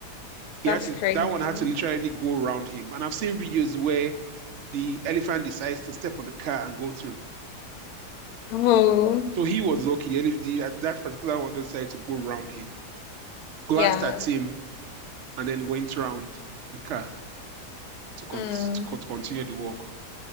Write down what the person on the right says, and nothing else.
He
had to.
That one had to literally go around him. And I've seen videos where the elephant decides to step on the car and go through.
So he was lucky. The, elef- the uh, that particular one just decided to go around him, glanced
at him, and then went around the car to, con-
to, con- to continue the walk.